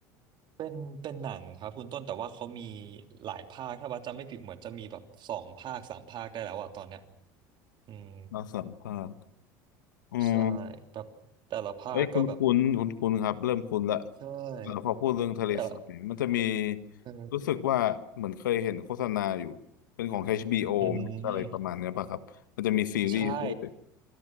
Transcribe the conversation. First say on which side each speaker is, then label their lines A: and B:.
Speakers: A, on the right; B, on the left.
A: เป็นเป็นหนังครับคุณต้นแต่ว่าเขามีหลายภาคถ้าว่าจำไม่ผิดเหมือนจะมีแบบสองภาคสามภาคได้แล้วอะตอนเนี้ยอืม
B: น่าสัมภาษณ์อืม
A: ใช่แบบแต่ละภาคก็แบบ
B: เอ้ยคุ้นคุ้นคุ้นคุ้นๆครับเริ่มคุ้นละ
A: ใช่
B: เออพอพูดเรื่องทะเลทรายมันจะมี
A: แต่ละเออ
B: รู้สึกว่าเหมือนเคยเห็นโฆษณาอยู่เป็นของ HBO อชบีโออะไรประมาณเนี้ยป่ะครับมันจะมีซีรีส์ด้วย
A: อืมใช่